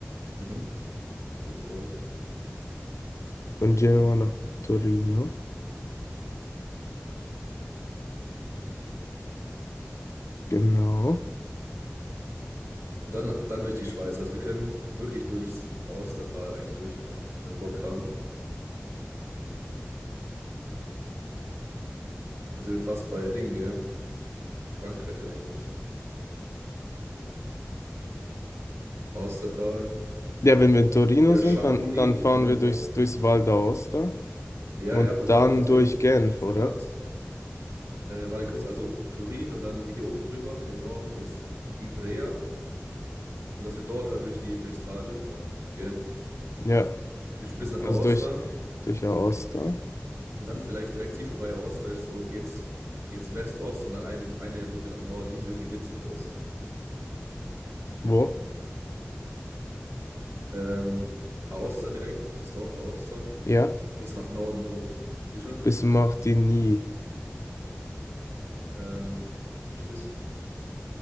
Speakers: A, on the right; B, on the left.
A: mhm, gute Call.
B: Von Genua nach Torino. Genau.
A: Und dann, dann durch die Schweiz. Also wir können wirklich durchs Austertal eigentlich durchfahren, wenn wir Bock haben. Also wir fast bei Ding, gell? Frankreich eigentlich. Austertal.
B: Ja, wenn wir in Torino
A: Ja,
B: sind,
A: Chamonix,
B: dann, dann fahren
A: Mont
B: wir
A: Blanc.
B: durchs, durchs Val d'Aosta
A: Ja,
B: und
A: ja, und
B: dann
A: dann, also
B: durch
A: ich,
B: Genf,
A: ich bin jetzt
B: oder?
A: gerade Äh, warte kurz, also Turin und dann hier oben drüber im Norden ist Ivrea und dass wir dort halt durch die, durchs Tal durchfahren. Okay?
B: Ja,
A: Schon bis nach
B: also
A: Aosta
B: durch, durch Aosta.
A: und dann vielleicht direkt siehst du bei Aosta ist so geht's, geht's West-Ost und dann eine, eine Route nach Norden. Die sieht irgendwie witzig aus.
B: Wo?
A: Ähm, Aosta direkt, das Dorf Aosta,
B: Ja,
A: geht's nach Norden hoch. Siehst du?
B: bis Martigny.
A: Ähm, wo ist das?